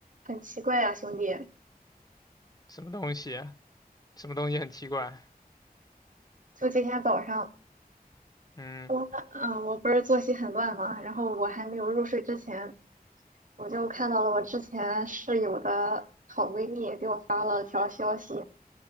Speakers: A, on the right (about 55°); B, on the left (about 25°).
A: 很奇怪啊，兄弟！
B: 什么东西？什么东西很奇怪？
A: 就今天早上，
B: 嗯，
A: 我嗯，我不是作息很乱嘛，然后我还没有入睡之前，我就看到了我之前室友的好闺蜜给我发了条消息，